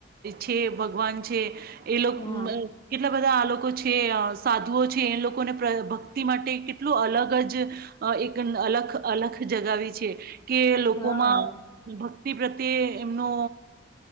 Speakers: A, on the right; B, on the left.
A: છે ભગવાન છે. એ લોકો
B: હા
A: કેટલા. બધા આ લોકો છે સાધુઓ છે એ લોકોને ભક્તિ માટે કેટલું અલગ જ. અલગ અલગ જગાવી છે. કે લોકોમાં
B: હા હા
A: ભક્તિ પ્રત. પ્રત્યે એમનો